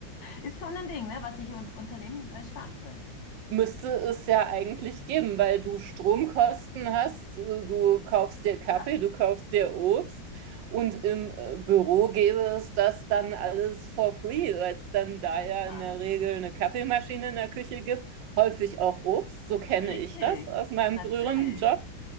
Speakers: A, on the left; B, on the right.
A: Ist schon ein Ding, ne, was sich und Unternehmen äh, sparen können.
B: müsste es ja eigentlich geben, weil du Stromkosten hast, du, du kaufst dir Kaffee,
A: Ja,
B: du kaufst dir Obst und im äh, Büro gäbe es das dann alles for free, weil es dann da ja
A: ah,
B: in der Regel
A: die-
B: eine Kaffeemaschine in der Küche gibt, häufig auch Obst, so kenne
A: richtig,
B: ich das aus meinem
A: natürlich.
B: früheren Job.